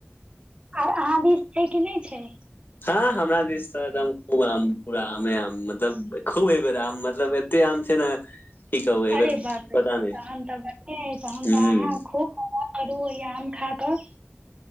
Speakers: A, on the right (about 25°); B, on the left (about 50°).
A: आओर‌ अहाँ दिस छै कि नहि छै
B: हँ हमरा दिस तऽ एकदम खूब आम पूरा आमे आम मत मतब खूब अइबेर आम मतलब एते आम छै ने की कहू एहि
A: अरे
B: बेर
A: बाप रे
B: पता
A: बा
B: नहि
A: तहन तऽ बढ़िआ ह तहन
B: हुं
A: तऽ अहाँ खूब करू या आम खा कऽ